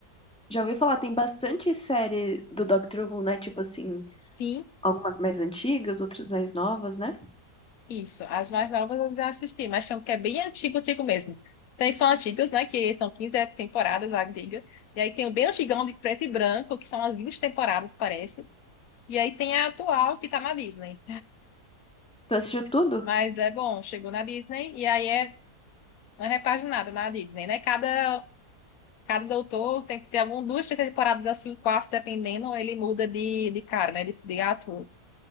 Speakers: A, in the centre; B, on the left.
A: já ouvi falar, tem bastante série do Doctor Who, né? Tipo assim,
B: Sim,
A: algumas mais antigas, outras mais novas, né?
B: isso. As mais novas eu já assisti, mas tem um que é bem antigo, antigo mesmo. Tem são antigas, né? Que são 15 temporadas, a diga. E aí tem o bem antigão de preto e branco, que são as 20 temporadas, parece. E aí tem a atual, que tá na Disney.
A: Tu assistiu tudo?
B: Mas é bom, chegou na Disney e aí é uma repaginada na Disney, né? Cada Cada doutor tem que ter algumas duas, três temporadas assim, quatro, dependendo, ele muda de, de cara, né? De, de ator.